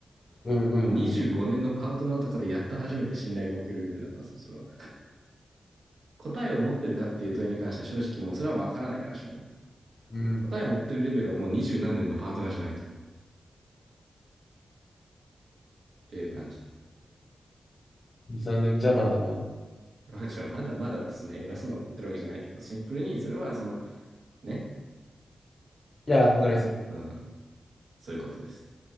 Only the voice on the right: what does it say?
25年のパートナーとかでやっと初めて信頼が起きるレベルだからさ、それは。答えを持ってるかっていう問いに関しては正直もうそれはわからないからしょう
答えを持ってるレベルはもう20何年のパートナーじゃないと。っていう感じ。
<laughs> 私はまだまだですね、偉そうなこと言ってるわけじゃないけど、シンプルにそれはその、ね、
ちょっと、
うん、そういうことです。